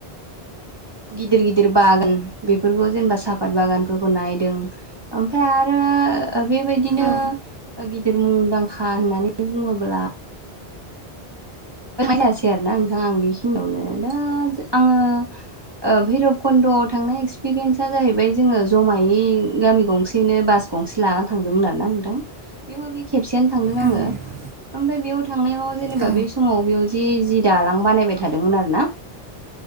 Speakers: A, on the right; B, on the right.
A: गिदिर गिदिर बागोन बेफोरखौ जेनेबा सापात बागानफोरखौ नायदों ओमफ्राय आरो बेबायदिनो
B: औ
A: गिदिर मुंदांखा होननानै बुङोब्ला यासै आरोना नोंथां आं बेखिनियावनो दा आङो भैरबकुन्द'आव थांनाय एक्सपिरियेन्स जाहैबाय जोङो जमायै गामि गंसेनो बास गंसे लानानै थांदोंमोन आरोना नोंथां बेयावबो बे खेबसेयनो थांदों
B: औ
A: आङो ओमफ्राय बेयाव थांनायाव माव जेनेबा
B: औ
A: बे समाव बेयाव जि जि दालां बानायबाय थादोंमोन आरो ना